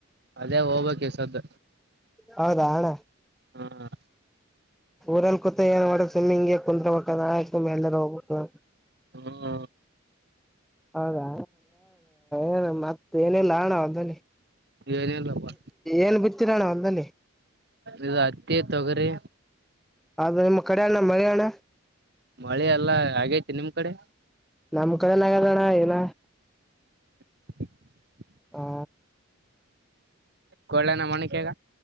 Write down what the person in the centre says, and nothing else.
ಹೌದಾ ಹಣ
ಊರಲ್ಲಿ ಕುೂತ ಏನ್ ಮಾಡಬೇಕಕ್ ಸ್ವಿಮ್ಮಿಂಗ್ಗೆ ಕುತ್ಬೇಕ ಆಯ್ತು ಮೇಲ್ದ ಹೋಗಬೇಕು
ಹೌದಾ ಏನು ಮತ್ತ ಏನೆಲ್ಲ ಹಣ ಅಲ್ಲಿ
ಏನ್ ಬಿತ್ತಿರೋಣ ಅಲ್ಲಲ್ಲಿ
ಅದು ನಿಮ್ಮ ಕಡೆಣ್ಣ ಮಳೆಯ್ಣ
ನಮ ಕಡೆ ನಗದೋಣ ಏನ
ಹಾ